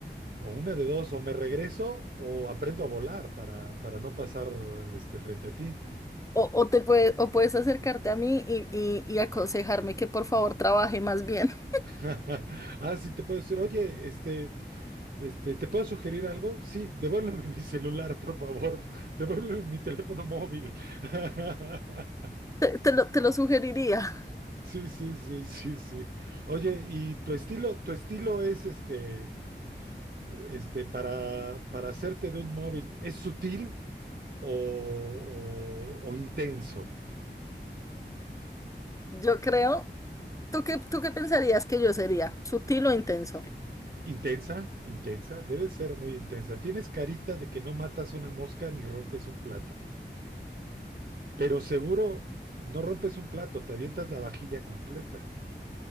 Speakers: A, on the right; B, on the left.
A: O una de dos, o me regreso o aprendo a volar para, para no pasar este, frente a ti.
B: O, o te puedes, o puedes acercarte a mí y, y- y aconsejarme que por favor trabaje más bien. <laughs>
A: <laughs> Ah, sí, te puedo decir, oye, este, este, ¿te puedo sugerir algo? Sí, devuélveme <laughs> mi celular, por favor. <laughs> Devuélveme mi teléfono móvil. <laughs>
B: Te, te lo, te lo sugeriría.
A: Sí, sí, sí, sí, sí. Oye, ¿y tu estilo, tu estilo es este, este, para, para hacerte de un móvil, ¿es sutil o, o o intenso?
B: Yo creo. ¿Tú qué, tú qué pensarías que yo sería? ¿Sutil o intenso?
A: Intensa, intensa, debe ser muy intensa. Tienes carita de que no matas una mosca ni rompes un plato, pero seguro no rompes un plato, te avientas la vajilla completa.